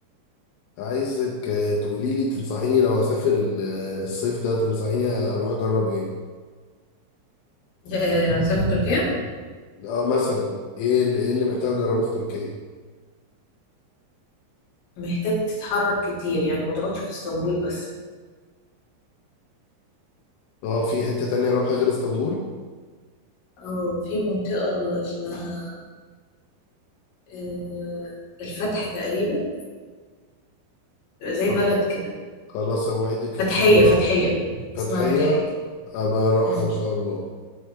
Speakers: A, on the left; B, on the left.
A: عايزك آه، تقولي لي تنصحيني لو اسافر ال- آه، الصيف ده تنصحيني اروح اجرب ايه
B: آه، لو سافر تركيا
A: اه مثلا ايه اللي, إيه اللي محتاج اجربه في تركيا
B: محتاج تتحرك كتير يعني ما تقعدش في اسطنبول بس
A: اه في حتة تانية اروحها غير اسطنبول
B: اه في منطقه اسمها آه، الفتح تقريبا زي
A: طب
B: بلد كده
A: خلاص اوعدك
B: فتحيه
A: ان شاء الله
B: فتحيه
A: فتحية
B: اسمها فتحيه
A: ابقى اروحها
B: مم. ان
A: ان شاء الله